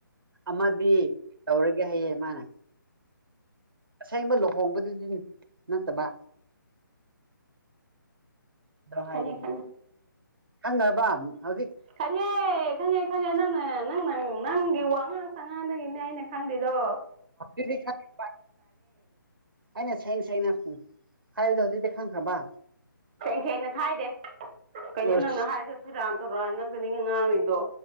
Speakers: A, on the right; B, on the right.
A: ꯑꯃꯗꯤ ꯇꯧꯔꯒꯦ ꯍꯥꯏꯌꯦ ꯃꯥꯅ ꯑꯁꯦꯡꯕ ꯂꯨꯍꯣꯡꯕꯗꯨꯗꯤ ꯅꯠꯇꯕ ꯗꯣ ꯍꯥꯏꯌꯦ
B: ꯈꯪꯉꯦ ꯈꯪꯉꯦ
A: ꯈꯪꯉꯥꯕꯔꯥ ꯍꯧꯖꯤꯛ
B: ꯈꯪꯉꯦ ꯈꯪꯉꯦ ꯈꯪꯉꯦ ꯅꯪꯅ ꯅꯪ ꯅꯪ ꯅꯪꯒꯤ ꯋꯥꯉꯥꯡ ꯁꯉꯥꯡꯗꯒꯤꯅꯦ ꯑꯩꯅ ꯈꯪꯗ꯭ꯦꯗꯣ
A: ꯑꯗꯤ ꯈ <inaudible> ꯑꯩꯅ ꯁꯦꯡ ꯁꯩꯅ ꯍꯥꯏꯕꯗ ꯍꯧꯖꯤꯛꯇꯤ ꯈꯪꯈ꯭ꯔꯕ
B: ꯁꯦꯡ ꯁꯦꯡꯅ ꯍꯥꯏꯗꯦ ꯀꯩꯅꯣ
A: ꯑꯁ
B: ꯅꯪꯅ ꯍꯥꯏꯔꯤꯁ ꯁꯣꯏꯔꯥꯟ ꯇꯧꯔꯅꯤ ꯉꯪꯛꯇꯅꯤ ꯉꯥꯡꯏꯗꯣ